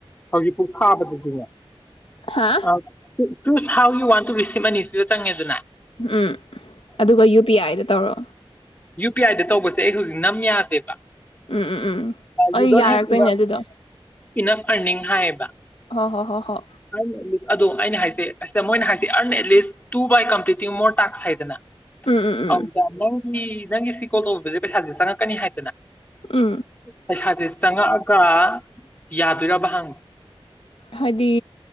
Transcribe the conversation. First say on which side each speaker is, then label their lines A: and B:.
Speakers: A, on the left; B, on the left.
A: ꯍꯧꯖꯤꯛ ꯊꯥꯕꯗꯨꯗꯤꯅꯦ
B: ꯍꯥ
A: ꯑ choose how you one two receipt ꯑꯅꯤꯁꯤꯗ ꯆꯪꯉꯦꯗꯅ
B: ꯎꯝ ꯑꯗꯨꯒ ꯌꯨ ꯄꯤ ꯑꯥꯏꯗ ꯇꯧꯔꯛꯑꯣ
A: ꯌꯨ ꯄꯤ ꯑꯥꯏꯗ ꯇꯧꯕꯁꯦ ꯑꯩ ꯍꯧꯖꯤꯛ ꯅꯝ ꯌꯥꯗꯦꯕ
B: ꯎꯝ ꯎꯝ ꯎꯝ ꯑꯩ
A: ꯌꯨ ꯗꯣꯟ
B: ꯌꯥꯔꯛꯇꯣꯏꯅꯦ
A: ꯍꯦꯞ ꯏꯅꯐ
B: ꯑꯗꯨꯗꯣ
A: ꯏꯅꯐ ꯑꯔꯅꯤꯡ ꯍꯥꯏꯌꯦꯕ
B: ꯍꯣ ꯍꯣ ꯍꯣ ꯍꯣ
A: ꯑ ꯑꯗꯨꯗ ꯑꯩꯅ ꯍꯥꯏꯁꯦ ꯑꯁꯤꯗ ꯃꯣꯏꯅ ꯍꯥꯏꯁꯦ earn at least two by completing more tasks ꯍꯥꯏꯗꯅ
B: ꯎꯝ ꯎꯝ ꯎꯝ
A: ꯑꯧꯗ ꯅꯪ ꯑꯩ ꯅꯪꯒꯤ ꯁꯤ ꯀꯣꯜ ꯇꯧꯕꯁꯦ ꯄꯩꯁꯥꯁꯦ ꯆꯪꯉꯛꯀꯅꯤ ꯍꯥꯏꯗꯅ
B: ꯎꯝ
A: ꯄꯩꯁꯥꯥꯁꯦ ꯆꯪꯉꯛꯑꯒ ꯌꯥꯗꯣꯏꯔꯕ ꯍꯥꯡꯕ
B: ꯍꯥꯏꯗꯤ